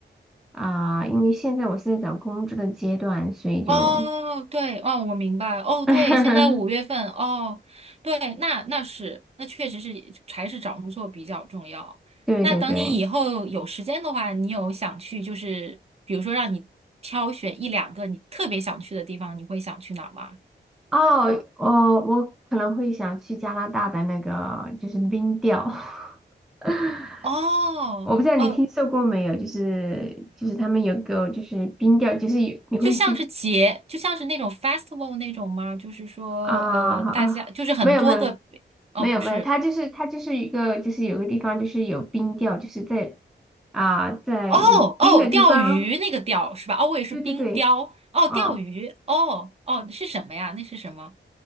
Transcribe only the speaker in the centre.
啊、因为现在我是在找工作的阶段，所以就，
<laughs>
对对对，
哦，我我可能会想去加拿大的那个就是冰钓，<laughs>
我不知道你听说过没有，
就是就是他们有个就是冰钓，就是有你会去。
啊啊，
啊没有没有
没有没有，
它就是它就是一个就是有个地方就是有冰钓，就是在啊在有冰的地方，
对对对，
啊，